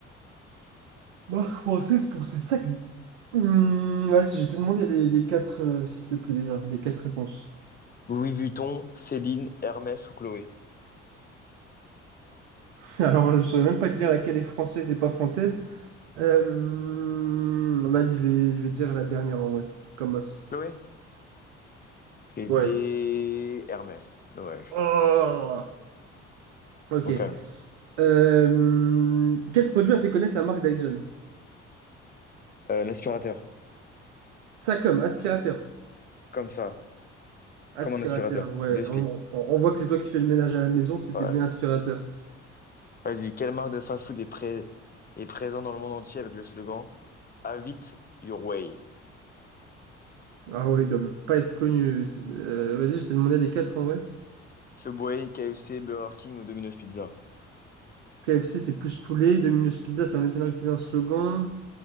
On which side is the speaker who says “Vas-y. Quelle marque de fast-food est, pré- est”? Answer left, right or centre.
Left